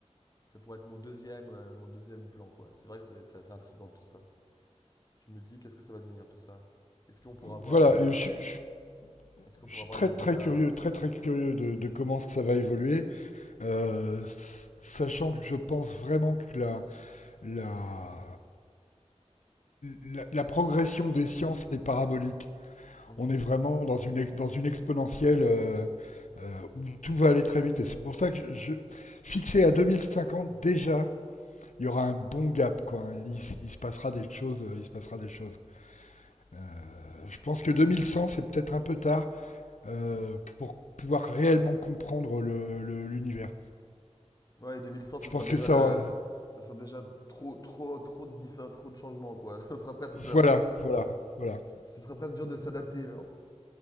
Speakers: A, on the left (about 30°); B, on the left (about 80°).
A: ça pourrait être mon deuxième, euh, mon deuxième plan, quoi. C'est vrai que c'est c'est assez intriguant tout ça. Je me dis, qu'est-ce que ça va devenir tout ça? Est-ce qu'on pourra
B: Voilà,
A: voir les,
B: je, je,
A: est-ce qu'on pourra
B: je suis
A: voir
B: très,
A: les
B: très
A: IA?
B: curieux,
A: là
B: très, très curieux de, de comment ça va évoluer, euh, s- sachant que je pense vraiment que la, la, la, la progression des sciences est parabolique.
A: Mhm.
B: On est vraiment dans une, ex- dans une exponentielle. Euh, euh, où tout va aller très vite. Et c'est pour ça que je, je fixé à 2050 déjà, il y aura un bon gap, quoi. hein. Il, il se passera des choses. euh, Il se passera des choses. Euh, je pense que 2100, c'est peut-être un peu tard euh, pour pouvoir réellement comprendre le- le- l'univers.
A: Ouais, 2100, ça
B: Je pense
A: sera déjà
B: que ça.
A: le...
B: euh,
A: ça sera déjà trop, trop, trop de diffé- trop de changements, quoi. <laughs> Ça ferait presque peur.
B: Voilà, voilà, voilà.
A: Ce serait presque dur de s'adapter, genre.